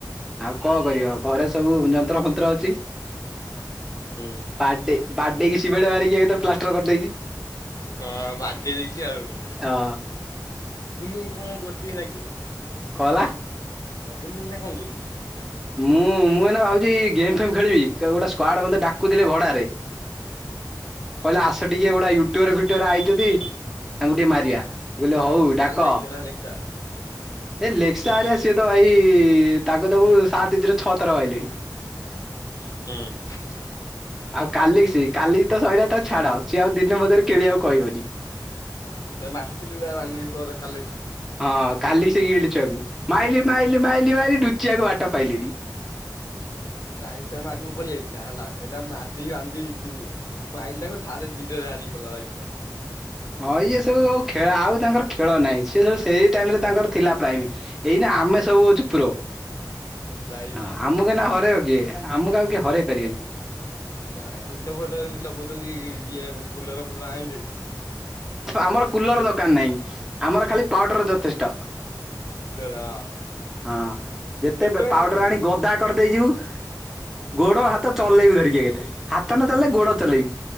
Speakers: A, in the centre; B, on the left.
A: ଆଉ କଣ କରିବ ଘରେ ସବୁ ଯନ୍ତ୍ର ଫନ୍ତ୍ର ଅଛି।
B: ହୁଁ।
A: ବାଡେ ବାଡେଇକି ସିମେଣ୍ଟ ମାରିକି ଏ ପ୍ଲାଷ୍ଟର କରିଦେଇଚି।
B: ହଁ ବାଡେଇ ଦେଇଚି ଆଉ,
A: ହଁ
B: ଆଉ ବବୁଲୁ କଣ କରୁଚି ନାଇଁକି?
A: କ ହେଲା।
B: ବବୁଲୁ ଏନା କଣ କରୁଚି?
A: ମୁଁ ମୁଁ ଏନା ଭାବୁଚି ଗେମ୍ ଫେମ୍ ଖେଳିବି ଗୋଟେ ସ୍କ୍ଡ ମତେ ଡାକୁଥିଲେ ଭଡାରେ।
B: ହଁ।
A: କହିଲା ଆସ ଟିକେ ଗୋଟେ ୟୁଟୁବ ଫିୟୁଟବର ଆଇଚନ୍ତି ତାଙ୍କୁ ଟିକେ ମାରିଆ। ମୁଁ କହିଲି ହଉ ଡାକ।
B: କାଲି ଲେଖିଛ ନା ଲେଖିଚ?
A: ଏ ଲେକ୍ସ ହେରିକା ସିଏତ ଭାଇ ତାକୁ ତ ମୁଁ ସାତ ଥୀରେ ଛଅ ଥର ମାଇଲିଣି।
B: ହୁଁ ହୁଁ।
A: ଆଉ କାଲି ସେ କାଲି ତ ସରିଲା ତ ଛାଡ ସି ଆଉ ଦିନ ମଜୁରୀ କିଣିଆକୁ କହିବନି।
B: ହଁ ଥରେ ମାତିଥିଲୁ ଆଉ ରାନ୍ଧି ଫୋର କାଲି
A: ହଁ କାଲି ସେଇ ହେଲା ଛୁଆକୁ ମାଇଲି ମାଇଲି ମାଇଲି ମାଇଲି ଲୁଚିଆକୁ ବାଟ ପାଇଲିନି।
B: ଲାଇଟର ମୁଁ ମାରିକି ପାଳି ଆଇଲୀନା ହେଲା କହିଲା ମାଦି ବାନ୍ଦି ତୁ। ମାଇଲ ଟାକୁ ସାରେ <unintelligible>
A: ହଁ ଇଏ ସବୁ ଆଉ ଖେଳ ଆଉ ତାଙ୍କର ଖେଳ ନାହିଁ ସିଏ ସବୁ ସେଇ ଟାଇମ ରେ ତାଙ୍କର ଥିଲା ପ୍ରାଇମ। ଏଇନା ଆମେ ସବୁ ହଉଛୁ ପ୍ରୋ
B: ପ୍ରାଇମ୍।
A: ହଁ ଆମକୁ ଏନା ହରୋଇବ କିଏ? ଆମକୁ ଆଉ କିଏ ହରେଇ ପାରିବେନି।
B: ଏୟା ତୋଟ ଫୋଟ ଏମିତି ଲଗୁଛନ୍ତି ଇଏ କୁଲର ଫୁଲର ଆଣିଦେ
A: ଆମର କୁଲର ଦରକାର
B: ଯାଇଛନ୍ତି
A: ନାହିଁ ଆମର ଖାଲି ପାଉଡର ଯଥେଷ୍ଟ।
B: ପାଉଡର ହଁ
A: ହଁ ଯେତେ
B: ଟୋଟୋ ଏଇନା
A: ପାଉଡର
B: କଣ କରୁଚି?
A: ଆଣି ଗଦା କରିଦେଇଯିବୁ ଗୋଡ ହାତ ଚଲେଇବୁ ଧରିକି ଏକାଥରେ ହାତ ନଚଲେଇଲେ ଗୋଡ ଚଲେଇବୁ